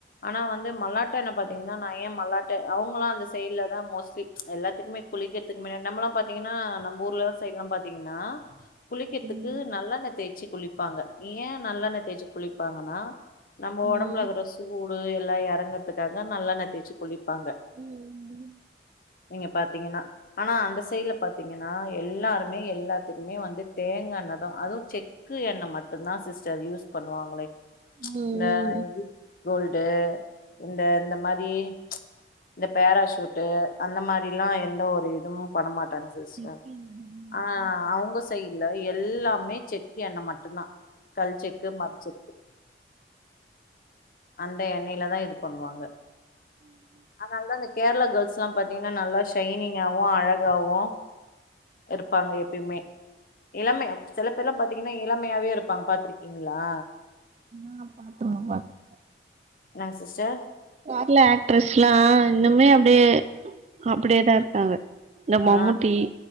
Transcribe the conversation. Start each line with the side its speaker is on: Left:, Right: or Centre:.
Left: ஆனா வந்து மல்லாட்ட எண்ணெ பாத்தீங்கன்னா நான் ஏன் மல்லாட்ட அவுங்களாம் அந்த செய் இல்ல தான் மோஸ்ட்லி எல்லாத்துக்குமே குளிக்கற்துக்கு முன்ன நம்மல்லா பாத்தீங்னா நம்ம ஊர்ல சைட்லா பாத்தீங்னா குளிக்கெதுக்கு
Right: ம்
Left: நல்லெண்ண தேச்சி குளிப்பாங்க ஏ நல்லெண்ணெய தேச்சி குளிப்பாங்கன்னா நம்ம ஒடம்புலக்ற
Right: ம்
Left: சூ ஃபுல் எல்லா எறங்கற்துக்காக நல்லெண்ண தேச்சி குளிப்பாங்க
Right: ம்
Left: நீங்க பாத்தீங்கனா ஆனா அந்த சைட்ல பாத்தீங்கனா எல்லாருமே எல்லாத்துக்குமே வந்து தேங்காண்ணெதா அதுவு செக் க்கு என்ன மட்டுந்தா சிஸ்டர் யூஸ் பண்ணுவாங்களே
Right: ம்
Left: இந்த
Right: ம்
Left: இது கோல்டு இந்த இந்த மாரி இந்த பேராசூட்டு அந்த மாரில்லா எந்த ஒ எதுவும் பண்ண மாட்டாங்க சிஸ்டர்
Right: வர்ல
Left: ஆ அவுங்க சைட்ல எல்லாமே செக்கு எண்ண மட்டுந்தா கல் செக்கு மட் செக்கு அந்த எண்ணெயில தா இது பண்ணுவாங்க அதனாலதா இந்த கேரளா கேர்ள்ஸ்லா பாத்தீங்கன்னா நல்லா ஷைனிங்காவு அழகாவு எடுப்பாங்க எப்பயுமே இளமை சில பேர்லா பாத்தீங்கனா இளமையாவே இருப்பாங்க பாத்துருக்கீங்களா
Right: ஆ பாத்துல்லா பாத்துர்க்கே
Left: என்னாங் சிஸ்டர்
Right: கேர்ளா ஆக்ட்ரஸ்லா இன்னுமே அப்டியே அப்டியேதா இருக்காங்க இந்த மம்முட்டி
Left: ஆ